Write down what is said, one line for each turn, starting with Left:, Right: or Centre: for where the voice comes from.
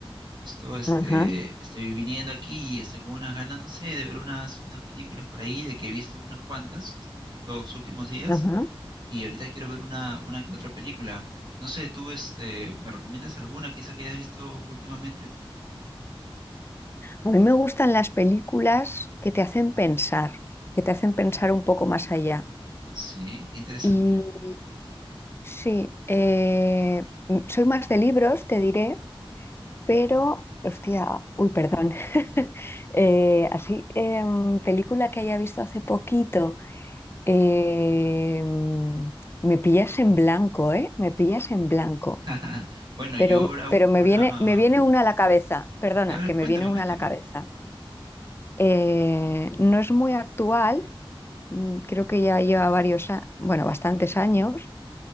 Right: Justo este,
Left: Ajá,
Right: estoy viniendo aquí y estoy con unas ganas, no sé, de ver unas, unas películas por ahí, de que he visto unas cuantas est- estos últimos días
Left: ajá.
Right: y ahorita quiero ver una, una que otra película. No sé, tú este, ¿me recomiendas alguna quizá que hayas visto últimamente?
Left: A mí me gustan las películas que te hacen pensar, que te hacen pensar un poco más allá.
Right: Ah, sí, qué interesante.
Left: Y sí, eh, m- soy más de libros, te diré, pero, hostia, uy, perdón. <laughs> Eh, así, em, película que haya visto hace poquito. Eh, me pillas en blanco, ¿eh? Me pillas en blanco.
Right: <laughs> Bueno,
Left: Pero,
Right: yo ahora,
Left: pero me
Right: ahora...
Left: viene, me viene una a la cabeza. Perdona,
Right: A ver,
Left: que
Right: cuéntame,
Left: me viene una
Right: cuéntame.
Left: a la cabeza. Eh, no es muy actual, mm, creo que ya lleva varios, a- bueno, bastantes años.